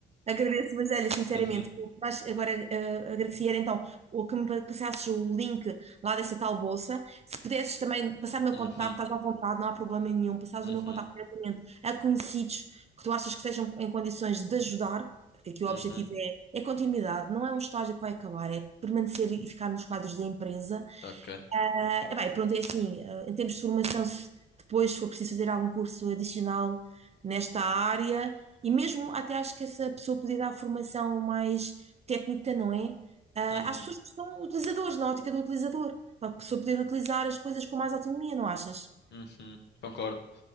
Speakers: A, on the right (about 35°); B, on the left (about 60°).
A: Agradeço, mas olha, sinceramente,
B: Uhum,
A: o que mais agora eh, agradecer então o que me pa- passasses o link lá dessa tal bolsa. Se pudesses também passar o meu
B: uhum,
A: contacto, estás à vontade, não há problema nenhum. Passares
B: uhum,
A: o meu contacto diretamente a conhecidos que tu achas que estejam em condições de ajudar, porque aqui o
B: uhum.
A: objetivo é, é continuidade, não é um estágio que vai acabar, é permanecer e ficar nos quadros da empresa.
B: Ok.
A: Ah, eh, bem, pronto, é assim, ah, em termos de formação, se depois for preciso fazer algum curso adicional nesta área, e mesmo até acho que essa pessoa podia dar formação mais técnica, não é? Ah,
B: Uhum,
A: às pessoas que são utilizadores, na ótica do utilizador, para a pessoa poder utilizar as coisas com mais autonomia, não achas?
B: uhum. Concordo.